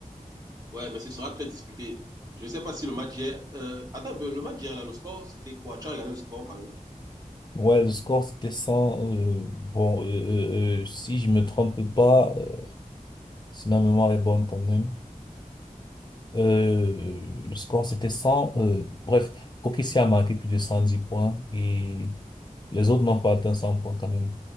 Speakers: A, on the right; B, on the left.
A: Ouais, mais ce sera très disputé. Je ne sais pas si le match d'hier. euh, attends un peu, le match d'hier, là, le score, c'était quoi? Tu as regardé le score quand même?
B: Ouais, le score, c'était 100 euh, bon, euh, euh, euh, si je me trompe pas, euh, si ma mémoire est bonne quand même. Euh, le score, c'était 100 Euh, bref, OKC a marqué plus de 110 points et les autres n'ont pas atteint 100 points quand même.